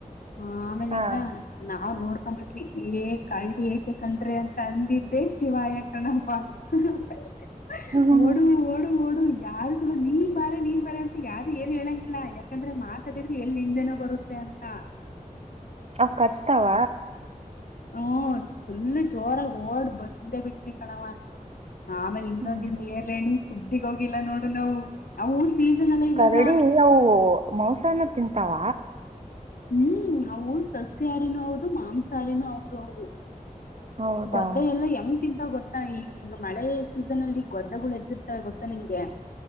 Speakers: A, on the left (about 75°); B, on the right (about 45°).
A: ಹಾ ಆಮೇಲಿಂದ
B: ಹಾ
A: ನ ನಾವ್ ನೋಡ್ಕೊಂಡ್ ಬಿಟ್ವಿ ಏ ಕಳ್ಳಿ ಐತೆ ಕಣ್ರಿ ಅಂತ ಅಂದಿದ್ದೆ ಶಿವಾಯ ಕಣಪ್ಪ ಹ ಹ
B: ಹ್ಮ್ ಹ್ಮ್
A: ಓಡು
B: ಹ್ಮ್
A: ಓಡು ಓಡು ಯಾರ ಸಮ ನೀನ್ ಬಾರೆ ನೀನ್ ಬಾರೆ ಅಂತ ಯಾದಿ ಏನ್ ಹೇಳಂಗಿಲ್ಲ ಯಾಕಂದ್ರೆ ಮಾತಾಡಿದ್ರೆ ಎಲ್ ಹಿಂದೆನೋ ಬರುತ್ತೆ ಅಂತ.
B: ಅವ್ ಕಚ್ತಾವ
A: ಹ್ಮ ಫುಲ್ ಜೋರಾಗ ಓಡ್ ಬಂದೆ ಬಿಟ್ವಿ ಕಣವ್ವ. ಆಮೇಲೆ <unintelligible>
B: ಹ್ಮ್
A: ನೇರ್ಳೆ ಹಣ್ಣು. ಸುದ್ದಿಗ್ ಹೋಗಿಲ್ಲ ನೋಡು ನಾವು. ಅವು ಸೀಸನ್ ಅಲ್ಲ ಇವಾಗ್
B: ರೆಡಿ ಇಯ್ ಅವುವು ಓ ಮೋಸಾನ ತಿಂತಾವ?
A: ಹ್ಮ್ ಅವು ಸಸ್ಯಾರಿನೂ ಹೌದು ಮಾಂಸಹಾರಿನೂ ಹೌದು ಅವು.
B: ಹೌದಾ
A: ಗೊದ್ದೆ ಎಲ್ಲಾ ಹೆಂಗ್ ತಿಂತಾವ್ ಗೊತ್ತಾ ಈ ಈಗ ಮಳೆ ಸೀಸನ್ ಅಲ್ಲಿ ಗೊದ್ದಗಳೆದ್ದಿರ್ತವೆ ಗೊತ್ತಾ ನಿಂಗೆ